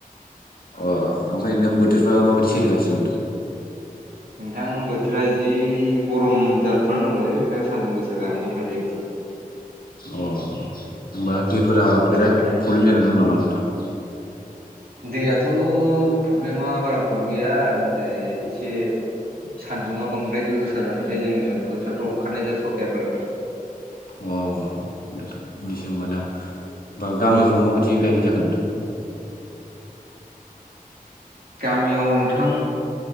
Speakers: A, on the left; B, on the right.
A: ओमफ्राय नोंथां बोथोरफ्रा माबायदि सोलिगासिनो दं नोंथां।
B: नोंथां बोथोरा इदि गरम जाफुनानै दंलै नोंथां सानदुं गोसा जानानै दंथारो <unintelligible>
A: अ होमबा दैफोरा बिराद
B: ओमफ्राय
A: प्रब्लेम जानानै दं नामा नोंथां?
B: दैयाथ' प्रब्लेमा बारा प्रब्लेम गैया नाथाय एसे सान्दुङा बांद्राय गोसा जानायखाय जोङो फोथारफ्राव ओंखारनाय जाथ'वाखै आरोना नोंथां।
A: अ नोंथां इदिसो ओमबा ना बा गामिफ्राव
B: औ
A: माबायदि
B: ओमफ्राय
A: गायनाय जाखो नोंथां। <inaudible>
B: गामियाव नोंथां